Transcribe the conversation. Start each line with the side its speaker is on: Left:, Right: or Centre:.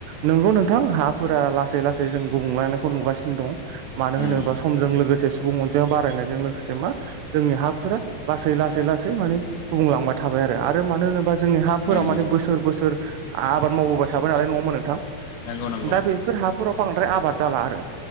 Right: नोंगौ नोंथां हाफोरा लासै लासै जों गुबुंलांनायखौ नुगासिनो दङ। मानो
Left: उम
Right: होनोबा समजों लोगोसे सुबुं अनजिमा बारायनायजों लोगोसे मा जोंनि हाफोरा लासै लासै लासै माने गुबुंलांबाय थाबाय आरो। आरो मानो होनोबा जोंनि हाफोराव
Left: उम
Right: माने बोसोर बोसोर आबाद मावबोबाय थाबाय नालाय नङा होनबा नोंथां।
Left: नंगौ नंगौ
Right: दा बेफोर हाफोराव बांद्राय आबाद जाला आरो।